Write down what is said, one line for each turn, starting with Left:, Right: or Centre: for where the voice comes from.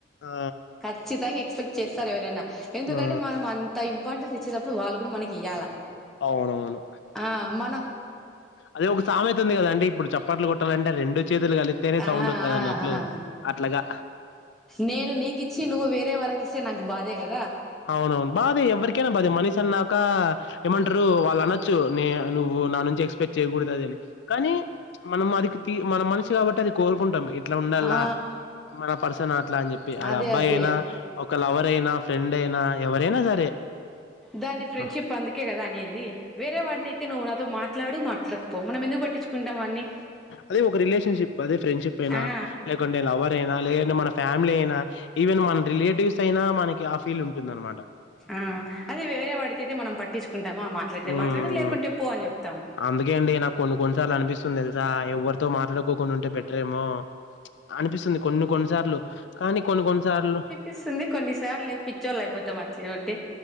Left: ఆ
Centre: ఖచ్ ఖచ్చితంగా ఎక్స్పెక్ట్ చేస్తారు ఎవరన్న ఎందుకంటే
Left: ఆ
Centre: మనం అంత అంత ఇంపార్టెన్స్ ఇచ్చేటప్పుడు వాళ్ల గూడా మనకి ఇయ్యాల
Left: అవునవును
Centre: ఆ మనం
Left: అది ఒక సామెత ఉంది కదండి ఇప్పుడు చప్పట్లు కొట్టాలంటే రెండు చేతులు కాలిత తేనే
Centre: ఆ
Left: సౌండ్ వస్తాధ
Centre: ఆ
Left: అన్నట్లు
Centre: ఆ
Left: అట్లగా
Centre: నేను నీకిచ్చి నువ్వు వేరే వాళ్లకి ఇస్తే నాకు బాధే గదా
Left: అవునవును బాదే ఎవ్వరికైనా బాదే మనిషి అన్నాక ఏమంటరు వాళ్ల అనొచ్చు నే నువ్వు నా నుంచి ఎక్స్పెక్ట్ చేయగుడదు అన్నీ కానీ మనం అది తీ మన మనిషి కాబట్టి అది కోరుకుంటాం ఇద అట్లా ఉండల్లా
Centre: ఆ
Left: మన పర్సన్ అట్లా అన్ జెప్పి అది
Centre: అదే
Left: అబ్బాయి
Centre: అదే
Left: ఏయినా ఒక లవర్ ఏయినా ఫ్రెండ్ ఏయినా ఎవరైనా సరే
Centre: దాన్ని ఫ్రెండ్షిప్
Left: ఆ!
Centre: అందుకే గదా అనేది వేరే వాడినయితే నువ్ నాతో మాట్లాడు మాట్లాడకపో మనం ఎందుకు పట్టించు కుంటాం అన్ని
Left: అది ఒక రిలేషన్షిప్ అదే ఫ్రెడ్షిప్ ఏయినా
Centre: ఆ
Left: లేకుంటే లవర్ ఏయినా లేదంటే మన ఫ్యామిలీ ఏయినా ఈవెన్ మన రిలేటివ్స్ అయినా మనకి అఫ్ ఫీల్ ఉంటుందన్నమాట
Centre: ఆ అదే వేరేవాడితయితే మనం పట్టించుకుంటామా మాట్లాడితే
Left: హ్మ్.
Centre: మాట్లాడు లేకుంటే పో అని జేప్తా
Left: అందుకే అండి నాకు కొన్ని కొన్నిసార్లు అనిపిస్తుంది తెలుసా ఎవ్వరితో మాట్లాడుకోకుండుంటే బెటర్ ఏమో మ్చ్ అనిపిస్తుంది కొన్ని కొన్నిసార్లు కానీ కొన్ని కొన్నిసార్లు
Centre: ఇస్తుంది కొన్నిసార్లు పిచ్చోళ్ళు అయిపోతాం అట్లే ఉంటే